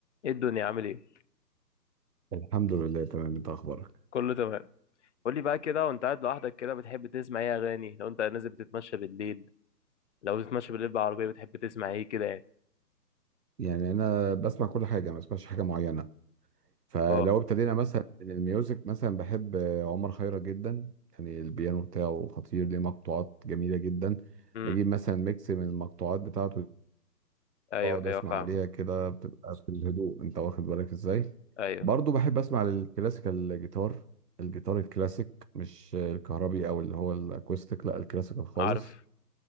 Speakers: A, on the left (about 50°); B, on the right (about 75°).
A: ايه الدنيا عامل ايه
B: الحمد لله تمام انت اخبارك
A: كله تمام قول لي بقى كده وانت قاعد لوحدك كده بتحب تسمع ايه اغاني لو انت نازل بتتمشى بالليل لو بتتمشى بالليل بالعربيه بتحب تسمع ايه كده يعني
B: يعني انا بسمع كل حاجه ما بسمعش حاجه معينه فلو
A: اه
B: ابتدينا مثلا من الميوزك مثلا بحب عمر خيرت جدا يعني البيانو بتاعه خطير ليه مقطوعات جميله جدا
A: امم
B: بجيب مثلا ميكس من المقطوعات بتاعته
A: ايوه
B: بقعد
A: ايوه
B: اسمع
A: فاهمك
B: عليها كده بتبقى في الهدوء انت واخد بالك ازاي
A: ايوه
B: برضو بحب اسمع الكلاسيكال جيتار الجيتار الكلاسيك مش الكهربي او اللي هو الاكوستيك لا الكلاسيكال خالص
A: عارف